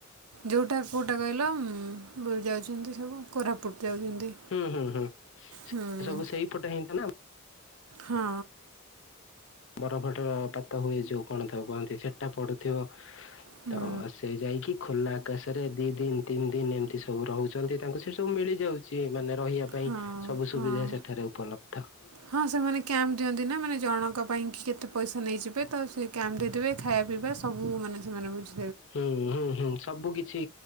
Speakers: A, on the right; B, on the left.
A: ଯେଉଁଟା କେଉଁଟା କହିଲ ଯାଉଛନ୍ତି ସବୁ କୋରା ପୁଟ ଦେଇାଉଛନ୍ତି
B: ହୁଁ ହୁଁ ହୁଁ
A: ହୁଁ।
B: ସବୁ ସେଇପଟେ ହିଁ ତ ନା
A: ହଁ।
B: ବରଫର ପାତ ହୁଏ ଯୋଉ କଣ ଥାଉ କହନ୍ତି ସେଟା ପଡୁ ଥିବ
A: ହୁଁ
B: ତ ସେ ଯାଇକି ଖୋଲା ଆକାଶରେ ଦି ଦିନ ତିନି ଦିନ ଏମିତି ସବୁ ରହୁଛନ୍ତି ତାଙ୍କୁ ସେ ସବୁ ମିଳିଯାଉଛି ମାନେ ରହିବା ପାଇଁ
A: ହଁ
B: ସବୁ
A: ହଁ
B: ସୁବିଧା ସେଠାରେ ଉପଲବ୍ଧ।
A: ହଁ ସେମାନେ କ୍ୟାମ୍ପ ଦିଅନ୍ତି ନା ମାନେ ଜଣଙ୍କ ପାଇଁ କି କେତେ ପଇସା ନେଇଯିବେ ତ ସେ କ୍ୟାମ୍ପ ଦେଇଦେବେ ଖାଇବା ପିଇବା ସବୁ ମାନେ ସେମାନେ ବୁଝ
B: ହୁଁ ହୁଁ ହୁଁ ସବୁ କିଛି